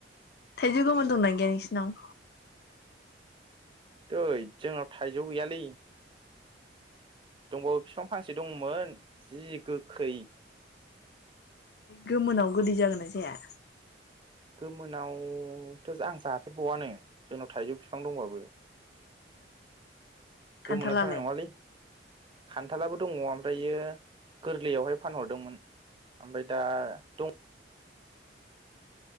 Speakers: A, on the left; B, on the right.
A: थाइजौ गोमोन दंना गैया नोंसिनाव?
B: दैै जोंनाव थाइजौ गैयालै दंबावो बिफां फांसे दंमोन जि गोखै।
A: गोमोनाव गोदै जागोनना जाया?
B: मोननावथ' आं जाफेरबावआनो जोंनाव थाइजौ बिफां दंबाबो।
A: खान्थालालाय
B: गोमोनाव थालनाय नङालै। खान्थालाबो दङ ओमफ्रायो गोरलैयावहाय फानहरदोंमोन ओमफ्राय दा दं।